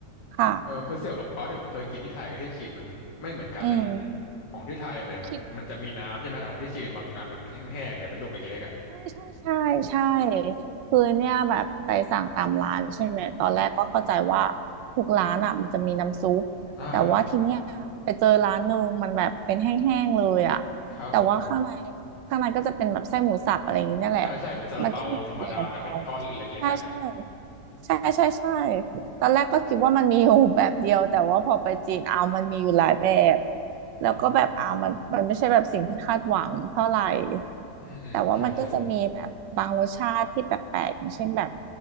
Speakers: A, on the right (about 85°); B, on the left (about 75°).
A: ค่ะ
B: เออคือเสี่ยวหลงเปาที่ผมเคยกินที่ไทยกับที่จีนมันไม่เหมือนกันนะดิ
A: อืม
B: ของที่ไทยมันมันมันจะมีน้ำใช่ไหมแต่ของที่จีนบางอันมันเป็นแห้งๆแต่เป็นลูกเล็กๆอ่ะ
A: คิด ใช่ใช่ใช่ใช่คือเนี่ยแบบไปสั่งตามร้านใช่ไหมตอนแรกก็เข้าใจว่าทุกร้านอ่ะมันจะมีน้ำซุปแต่ว่าทีเนี้ยไปเจอร้านหนึ่งมันแบบเป็นแห้งๆเลยอ่ะ
B: อ่าครับผม
A: แต่ว่าข้างในข้างในก็จะเป็นแบบไส้หมูสับอะไรอย่างนี้เนี่ยแหละ
B: ใช่ใช่เหมือนซาลาเปาธรรมดาแต่เป็นก้อนเล็กๆอ่ะ
A: มันก็เหมือนเสี่ยวหลงเปาใช่ใช่ ใช่ใช่ใช่ตอนแรกก็คิดว่ามันมีอยู่แบบเดียวแต่ว่าพอไปจีนเอามันมีอยู่หลายแบบแล้วก็แบบเอามันมันไม่ใช่แบบสิ่งที่คาดหวังเท่าไหร่
B: อืมอืมอืมใช่ใช่
A: แต่ว่ามันก็จะมีแบบบางรสชาติที่แปลกๆอย่างเช่นแบบ